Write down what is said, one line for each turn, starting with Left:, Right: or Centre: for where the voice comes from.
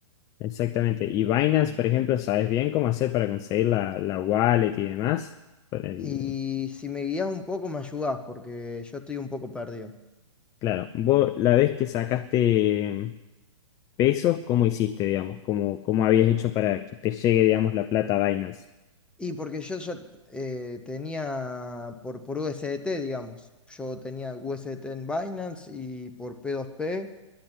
Left: Exactamente. Y Binance, por ejemplo, ¿sabes bien cómo hacer para conseguir la, la wallet y demás? Por el-
Centre: Y si me guías un poco, me ayudás, porque yo estoy un poco perdido.
Left: Claro, vos la vez que sacaste pesos, ¿cómo hiciste, digamos? ¿Cómo, cómo habías hecho para que te llegue, digamos, la plata a Binance?
Centre: Y porque yo ya eh, tenía por, por USDT, digamos. Yo tenía USDT en Binance y por P2P